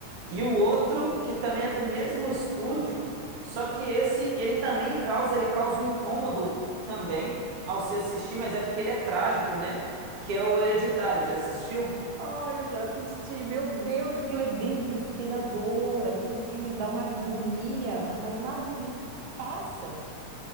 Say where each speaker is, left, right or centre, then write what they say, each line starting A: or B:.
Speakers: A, on the right; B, on the right.
A: E o outro, que também é do mesmo estúdio, só que esse, ele também causa, ele causa um incômodo também ao se assistir, mas é porque ele é trágico, né? Que é o Hereditário, já assistiu?
B: Ai, eu já assisti. Meu Deus, aquilo é desesperador. Aquele filme dá uma agonia, uma- mas uma agonia que não passa.